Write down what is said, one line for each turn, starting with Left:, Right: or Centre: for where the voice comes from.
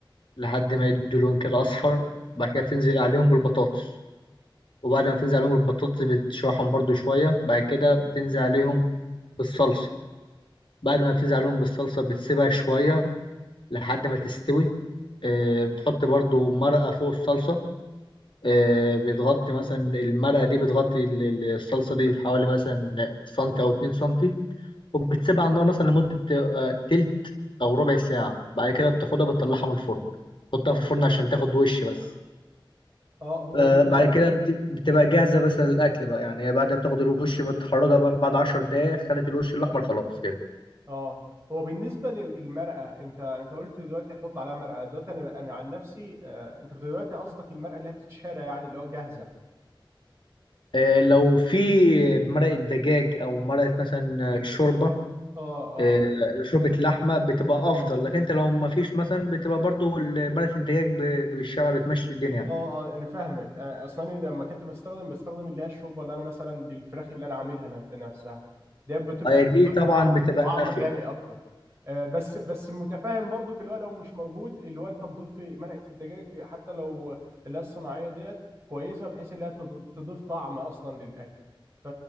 Left: لحد ما يدوا لون كده اصفر بعد كده بتنزل عليهم بالبطاطس وبعد ما تنزل عليهم بالبطاطس بتشوحهم برضو شويه بعد كده بتنزل عليهم بالصلصه بعد ما بتنزل عليهم بالصلصه بتسيبها شويه لحد ما تستوي آه، بتحط برضو مرقة فوق الصلصة آه، بتغطي مثلا المرقة دي بتغطي ال- ال- الصلصة دي بحوالي مثلا سنتي أو اتنين سنتي وبتسيبها على النار مثلا لمدة آه، تلت أو ربع ساعة بعد كده بتاخدها بتطلعها من الفرن تحطها في الفرن عشان تاخد وش بس
Right: اه هو
Left: آه،
Right: بن...
Left: بعد كده بت- بتبقى جاهزة مثلا للأكل بقى يعني بعد ما بتاخد الوش بتخرجها بقى بعد عشر دقايق خدت الوش الأحمر خلاص كده
Right: اه هو بالنسبه لل- للمرأة انت انت قلت دلوقتي هتحط عليها مرأة دلوقتي انا انا عن نفسي آه، انت دلوقتي قصدك المرأة اللي هي بتتشرى يعني اللي هو جاهزه
Left: آه، لو في مرقة دجاج أو مرقة مثلا شوربة
Right: اه
Left: آه، شوربة اللحمة بتبقى أفضل لكن أنت لو ما فيش مثلا بتبقى برضو ال- بلد الدجاج ب- بالشارع بتمشي الدنيا
Right: اه اه انا فاهمك آه، اصلا أنا لما كنت بستخدم بستخدم اللي هي الشوربه اللي انا مثلا للفراخ اللي انا عاملها ن- نفسها دي بتبقى
Left: آه، دي
Right: بتضيف
Left: طبعا
Right: دع-
Left: بتبقى
Right: طعم
Left: أفيد
Right: غني اكتر آه، بس بس متفاهم برضو اللي هو لو مش موجود اللي هو انت تضيف مرقه الدجاج حتى لو اللي هي الصناعيه ديت كويسه بحيث اللي هي تض- تضيف طعم اصلا للاكل ف...